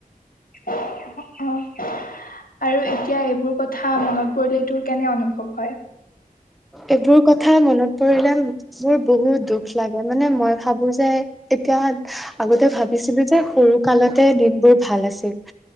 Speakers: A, on the left; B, in the centre.
A: অ'। আৰু এতিয়া এইবোৰ কথা মনত পৰিলে তোৰ কেনে অনুভৱ হয়?
B: এইবোৰ কথা মনত পৰিলে মোৰ বহুত দুখ লাগে, মানে মই ভাবোঁ যে এতিয়া আগতে ভাবিছিলোঁ যে সৰু কালতে দিনবোৰ ভাল আছিল।